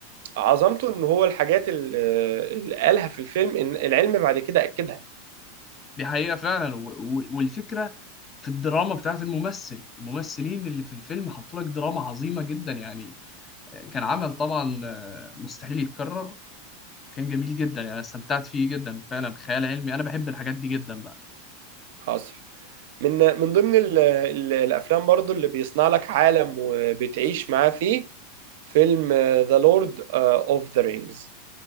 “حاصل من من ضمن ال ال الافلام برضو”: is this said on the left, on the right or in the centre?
Right